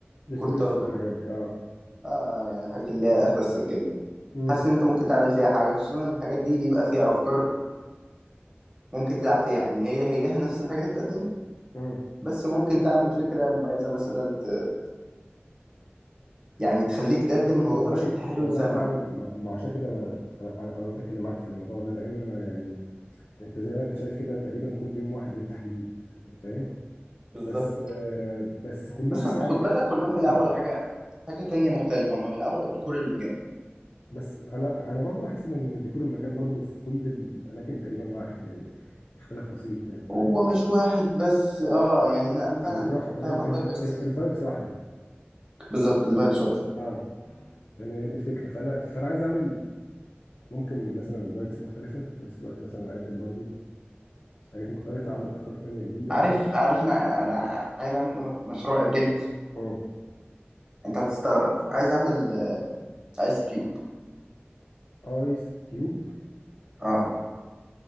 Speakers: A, on the left; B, on the right.
A: الاسبريسو
B: كورتادو
A: والحاجات دي اه
B: اه يعني الحاجات اللي هي اخدة السكة دي
A: امم
B: حاسس ان انت ممكن تعمل فيها حاجة خصوصا ان الحاجات دي بيبقى فيها افكار ممكن تلعب فيها يعني هي هيها نفس الحاجات اللي بتقدم
A: امم
B: بس ممكن تعمل فكرة مميزة مثلا ت... يعني تخليك تقدم الموضوع
A: والله
B: ده بشكل حلو
A: والله
B: ويسمع
A: فعلا ما ما عشان كده انا انا أنا قلت اتكلم معاك في الموضوع ده لان انا يعني انت زي ما انت شايف كده تقريبا كل يوم واحد بيفتح جديد فاهم
B: بالظبط
A: بس آه بس كلهم
B: بس خد
A: يعني
B: بالك كلهم
A: شبه
B: بيلعبوا
A: بعض
B: على حاجة حاجة تانية مختلفة هم بيلعبوا على ديكور المكان
A: بس انا انا برضو بحس ان ديكور المكان برضو في كل الاماكن تقريبا واحد يعني اختلاف بسيط يعني فاهم
B: هو مش واحد بس اه يعني انا انا
A: يعني
B: فعلا
A: الروح
B: فاهم قصدك بس
A: الفايبس واحده
B: بالظبط الفايبس واحد
A: اه فاهم هي دي الفكره فانا فانا عايز اعمل ممكن مثلا فايبس مختلفه في نفس الوقت مثلا اقدم برضو حاجات مختلفه اعمل افكار تانية جديده
B: عارف
A: فاهم
B: عارف انا انا عايز اعمل مشروع إيه بجد
A: اه
B: انت هتستغرب عايز اعمل ايس كيوب
A: ايس كيوب
B: اه
A: ازاي